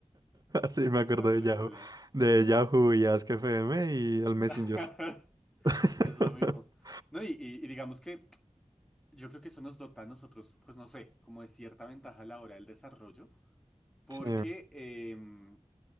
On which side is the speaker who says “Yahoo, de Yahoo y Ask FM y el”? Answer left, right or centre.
Right